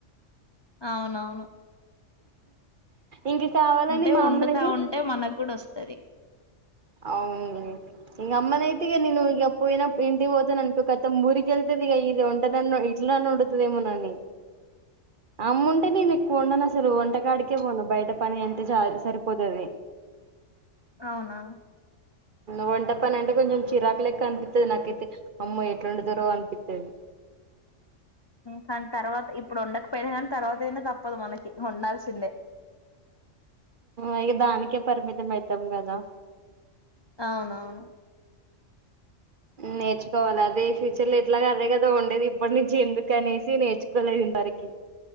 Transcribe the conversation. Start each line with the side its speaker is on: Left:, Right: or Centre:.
Left: అవునవును
Right: ఇంక కావాలని
Left: అంటే
Right: మా
Left: వండుతాఉంటే
Right: అమ్మనైతే
Left: మనకు కూడా వస్తది
Right: అవును ఈ అమ్మన అయితే ఇగ నేను ఇక పోయిన ఇంటికి పోతా న అన్కో కత ఊరికెళ్తదిగా ఇది ఒంట న ఇట్ల నోడుతుదేమోనని అమ్ముంటే నేను ఎక్కు ఉండను లు వంటకాడికే పోను బయట పని ఎంట చాలు సరిపోతది
Left: అవునా
Right: వంట పని అంటే కొంచెం చిరాకు లేక్క అనిపిస్తది నాకైతే అమ్మో ఎట్ల ఒండుతారో అనిపిస్థాది
Left: కానీ తర్వాత ఇప్పుడు ఉండకపోయినా కానీ తర్వాత అయినా తప్పదు మనకి వండాల్సిందే
Right: అక దానికే పరిమిత అయితాం కదా
Left: అవునవును
Right: నేర్చుకోవాలి అదే ఫ్యూచర్ లో ఎట్లాగా అదే కదా దో ఉండేది ఇప్పటి నుంచి ఎందుకు అనేసి నేర్చుకోలేదు ఇందరికి